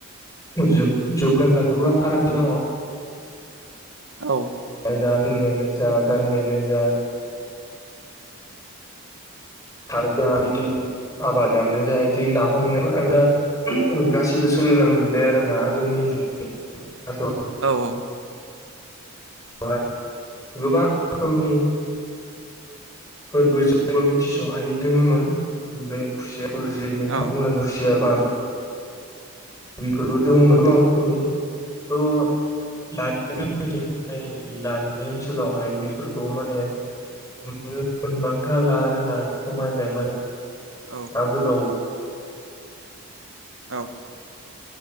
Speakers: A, on the left; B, on the right.
A: जुग होनब्ला गोबां फारागथि दङ।
B: औ
A: जा लोंनायानो जा गाननायानो जा थानो बिदि आबादानो जा बिदि ना हमनायानो जा गासिबो सोलिलांजोबबाय आरो ना आगोलनि जु <unintelligible>
B: औ औ
A: हाय गोबां रोखोमनि फोरबो जोंबो मिथिस'हायै दोङोममोन बे खुसियाफोर ज नोंथांमोना
B: औ
A: खुसियाबा फोरबो दङमोन आां रोखोमनि थ' दायो जोंनिथेंजाय दानि ओनसोलावहाय बेफोरखौ माने न मोनबांथारला आरोना खमायबाय माने
B: औ
A: आगोलाव
B: औ